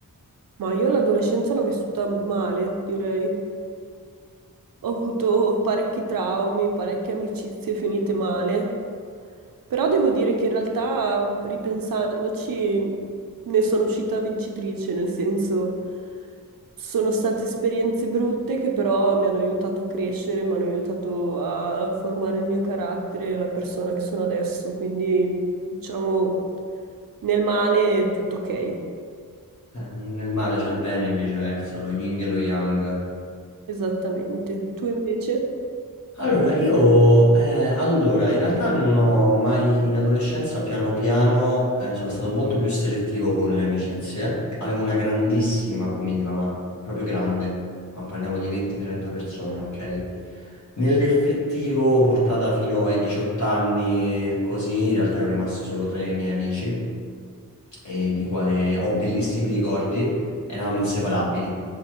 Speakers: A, on the right; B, on the left.
A: Ma io l'adolescenza l'ho vissuta male, direi. Ho avuto parecchi traumi, parecchie amicizie finite male, però devo dire che in realtà, ripensandoci, ne sono uscita vincitrice, nel senso sono state esperienze brutte che però mi hanno aiutato a crescere, mi hanno aiutato a formare il mio carattere, la persona che sono adesso, quindi diciamo nel male è tutto ok,
B: Eh, nel male c'è il bene e viceversa, lo yin e lo yang.
A: esattamente. Tu invece?
B: Allora, io eh, allora, in realtà non ho mai in adolescenza piano piano eh, sono stato molto più selettivo con le amicizie. Avevo una grandissima comitiva, ma proprio grande, ma parliamo di 20-30 persone, ok? Nell'effettivo, portata fino ai 18 anni, così, in realtà ero rimasto solo tre miei amici e di quale ho bellissimi ricordi, eravamo inseparabili.